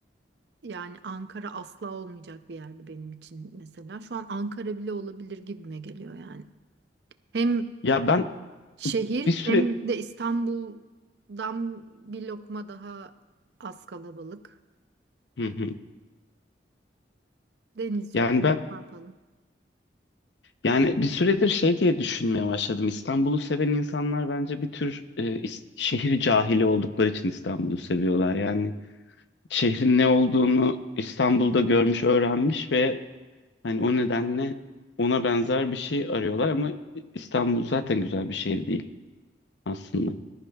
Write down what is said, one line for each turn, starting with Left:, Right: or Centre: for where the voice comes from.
Right: Yani Ankara asla olmayacak bir yerdi benim için mesela. Şu an Ankara bile olabilir gibime geliyor yani. Hem
Left: Ya ben
Right: şehir
Left: bir süre
Right: hem de İstanbul'dan bir lokma daha az kalabalık.
Left: hı hı.
Right: Deniz
Left: Yani
Right: yok. Ne
Left: ben
Right: yapalım?
Left: yani bir süredir şey diye düşünmeye başladım. İstanbul'u seven insanlar bence bir tür e, is- şehir cahili oldukları için İstanbul'u seviyorlar. Yani şehrin ne olduğunu İstanbul'da görmüş, öğrenmiş ve hani o nedenle ona benzer bir şey arıyorlar ama İstanbul zaten güzel bir şehir değil aslında